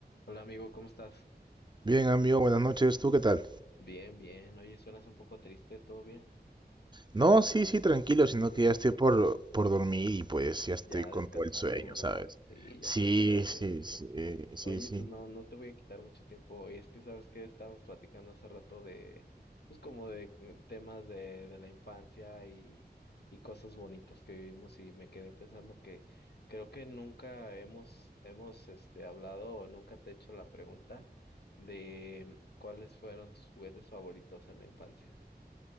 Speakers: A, on the left (about 75°); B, on the right (about 25°).
A: Hola amigo, ¿cómo estás?
B: Bien, amigo, buenas noches. ¿Tú qué tal?
A: Bien, bien. Oye, suenas un poco triste, ¿todo bien?
B: No, sí, sí, tranquilo, sino
A: Sí,
B: que ya estoy por, por dormir y pues ya estoy
A: ya
B: con
A: descansando,
B: todo el sueño,
A: ¿verdad?
B: ¿sabes?
A: Sí, ya
B: Sí,
A: sé, sí da sueñito.
B: sí, sí, eh, sí,
A: Oye,
B: sí.
A: pues no, no te voy a quitar mucho tiempo hoy. Es que sabes que estábamos platicando hace rato de, pues como de eh, temas de, de la infancia y, y cosas bonitas que vivimos y me quedé pensando que creo que nunca hemos, hemos, este, hablado o nunca te he hecho la pregunta de cuáles fueron tus juguetes favoritos en la infancia.